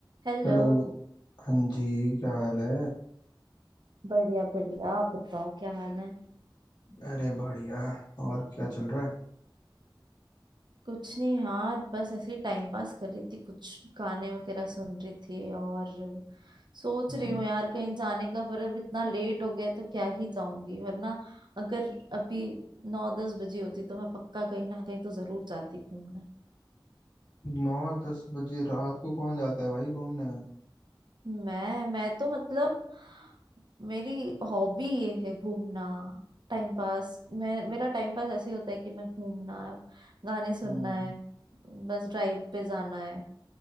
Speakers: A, on the right (about 60°); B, on the left (about 55°).
A: हेलो
B: Hello हाँ जी क्या हाल है
A: बढ़िया बढ़िया आप बताओ क्या हाल है
B: अरे बढ़िया और क्या चल रहा है
A: कुछ नहीं यार बस ऐसे ही टाइम पास कर रही थी कुछ गाने वगैरह सुन रही थी और सोच
B: हम्म,
A: रही हूँ यार कहीं जाने का पर अब इतना लेट हो गया है, तो क्या ही जाऊंगी वरना अगर अभी नौ दस बजे होती तो मैं पक्का कहीं ना कहीं तो जरूर जाती घूमने।
B: नौ दस बजे रात को कौन जाता है भाई घूमने
A: मैं मैं तो मतलब मेरी हॉबी ये है घूमना टाइम पास मैं मेरा टाइम पास ऐसे ही होता है कि मैं घूमना है, गाने सुनना
B: हम्म
A: है बस ड्राइव पे जाना है